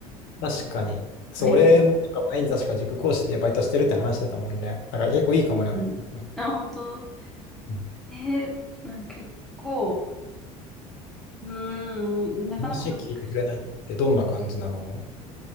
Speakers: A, on the left; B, in the centre.
A: 確かに。そう、
B: あ、いるやん。
A: 俺もなんか前に確か塾講師でバイトしてるって話してたもんね。だから結構いいかもね。
B: うん。
A: うん
B: あ、本当
A: うん
B: えー、なんか結構、うーん、なかなか難しい。
A: 話聞いてくれないってどんな感じなの